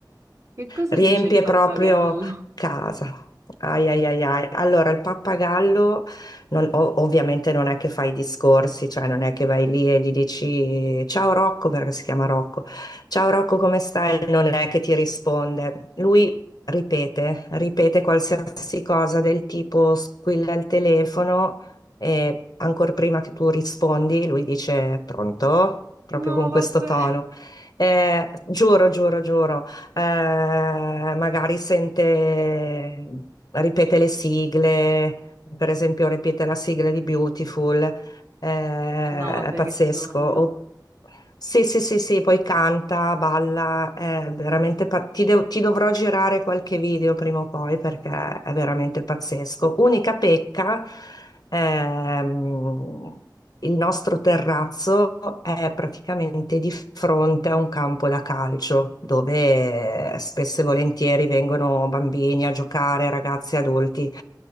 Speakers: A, on the right; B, on the left.
A: Che cosa
B: riempie
A: dice il pappagallo?
B: proprio casa. Ai ai ai ai. Allora, il pappagallo non- ov- ovviamente non è che fai i discorsi, cioè non è che vai lì e gli dici ciao Rocco, perché si chiama Rocco, ciao Rocco, come stai? Non è che ti risponde. Lui ripete, ripete qualsiasi cosa del tipo squilla il telefono e ancora prima che tu rispondi, lui dice pronto, proprio
A: No,
B: con
A: vabbè.
B: questo tono. Eh, giuro, giuro, giuro eh, magari sente, ripete le sigle, per esempio ripete la sigla di Beautiful, eh, è
A: No, vabbè,
B: pazzesco.
A: che sogno.
B: O- sì, sì, sì, sì, poi canta, balla, è veramente pa- ti, devo- ti dovrò girare qualche video prima o poi perché è veramente pazzesco. Unica pecca. Ehm, il nostro terrazzo è praticamente di fronte a un campo da calcio dove eh, spesso e volentieri vengono bambini a giocare, ragazzi, adulti.